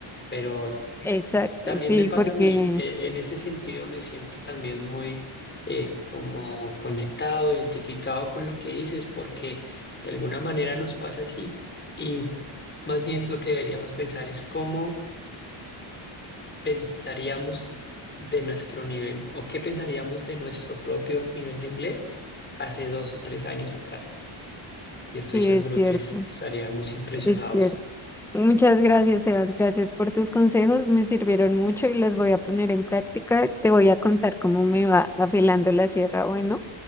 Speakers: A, on the left; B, in the centre.
A: pero
B: Exacto,
A: También
B: sí,
A: me pasa
B: porque
A: a mí, eh, en ese sentido me siento también muy eh, como conectado, identificado con lo que dices, porque de alguna manera nos pasa así. Y más bien lo que deberíamos pensar es cómo pensaríamos de nuestro nivel o qué pensaríamos de nuestro propio nivel de inglés hace dos o tres años atrás. Y estoy
B: sí,
A: seguro
B: es cierto,
A: que estaríamos impresionados.
B: es cierto. Muchas gracias, Sebas. Gracias por tus consejos. Me sirvieron mucho y los voy a poner en práctica. Te voy a contar cómo me va afilando la sierra. Bueno,